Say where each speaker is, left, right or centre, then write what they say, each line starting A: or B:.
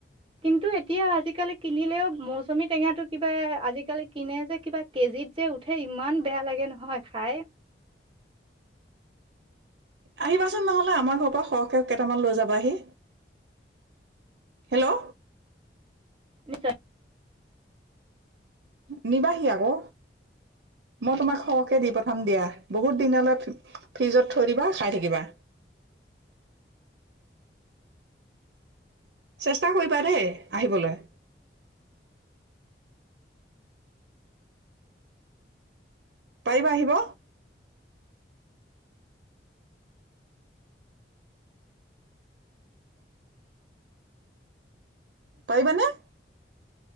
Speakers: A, on the right; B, on the right.
A: কিন্তু এতিয়া আজিকালি কিনিলেও মৌচুমী টেঙাটো কিবা আজিকালি কিনে যে কিবা কেজিত যে উঠে ইমান বেয়া লাগে নহয় খাই।
B: আহিবাচোন নহ'লে আমাৰ ঘৰ পৰা সৰহকৈ কেইটামান লৈ যাবাহি। হেল্ল'?
A: নিশ্চয়।
B: নিবাহি আকৌ। মই তোমাক সৰহকে দি পঠাম দিয়া, বহুত দিনলৈ থ, ফ্ৰিজত থৈ দিবা খাই থাকিবা। চেষ্টা কৰিবা দেই, আহিবলৈ। পাৰিবা আহিব? পাৰিবানে?